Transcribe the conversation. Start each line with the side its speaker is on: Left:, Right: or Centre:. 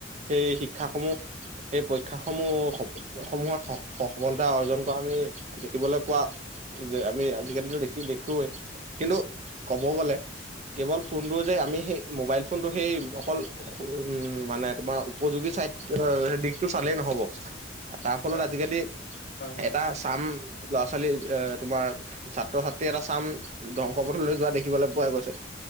Right: সেই শ শিক্ষাস সমূহ এইেই পৰীক্ষাস সমূহ, সমূহত সফলতা অৰ্জন কৰা আমি দেখিবলৈ পোৱা যে আমি আজিকালিতো দেখি, দেখোৱেই কিন্তু ক'ব গ'লে কেৱল ফোনটোৰ যে আমি সেই মোবাইল ফোনটো সেই অকল উ মানে তোমাৰ উপযোগী অ, সেই দিশতটো চালেই নহব তাৰ ফলত
Left: হয়,
Right: আজিকালি
Left: হয়, হয়
Right: এটা চাম ল'ৰা-ছোৱালী এ, তোমাৰ ছাত্ৰ-ছাত্ৰী এটা চাম ধ্বংস পথলৈ যোৱা দেখি শিকিবলৈ পোৱা গৈছে।